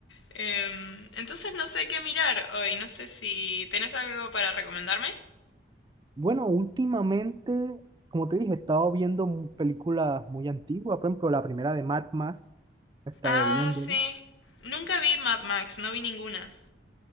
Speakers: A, on the left (about 85°); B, on the right (about 25°).
A: Em, entonces no sé qué mirar hoy, no sé si tenés algo para recomendarme.
B: Bueno, últimamente, como te dije, he estado viendo mu- películas muy antiguas, por ejemplo, la primera de Mad Max, he estado
A: Ah,
B: viendo.
A: sí. Nunca vi Mad Max, no vi ninguna.